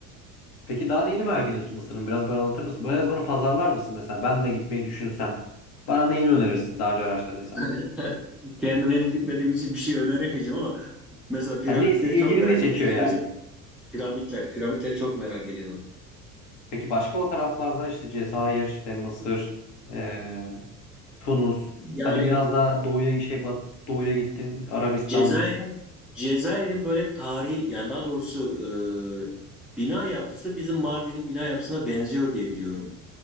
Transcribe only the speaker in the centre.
<laughs> Kendim henüz gitmediğim için bir şey öneremeyeceğim ama mesela piramitleri
çok merak
ettiğim için
özel piramitler. Piramitleri çok merak ediyorum.
Yani
Cezayir'in Cezayir'in böyle tarihi yani daha doğrusu e, bina yapısı bizim Mardin'in bina yapısına benziyor diye biliyorum.